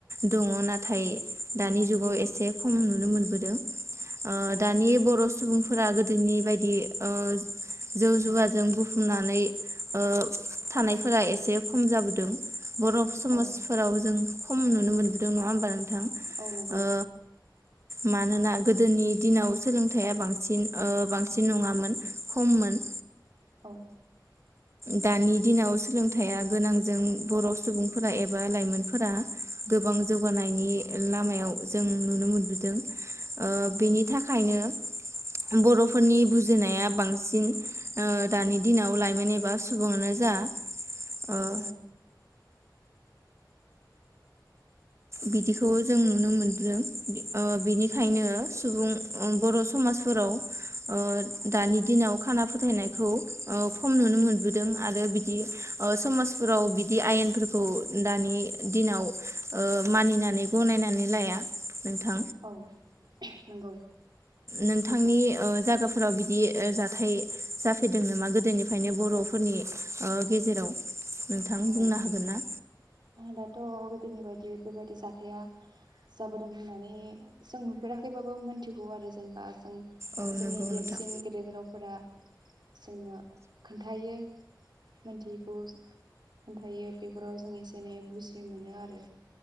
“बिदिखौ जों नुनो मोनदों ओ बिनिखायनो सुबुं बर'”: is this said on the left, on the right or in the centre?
Right